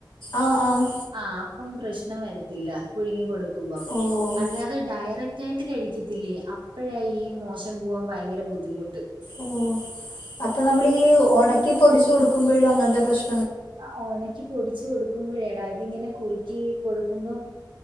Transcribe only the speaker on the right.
ആഹ്. അപ്പം പ്രശ്നം വരത്തില്ല പുഴുങ്ങി കൊടുക്കുമ്പം.
അല്ലാതെ ഡയറ ക്റ്റായിട്ട് കഴിക്കത്തില്ലേ. അപ്പഴാ ഈ മോശം പോകാൻ ഭയങ്കര ബുദ്ധിമുട്ട്.
അ ഒണക് ക്കി പൊടിച്ച് കൊടുക്കുമ്പഴേടാ ഇതിങ്ങനെ കുറുക്കി കൊടുക്കുമ്പം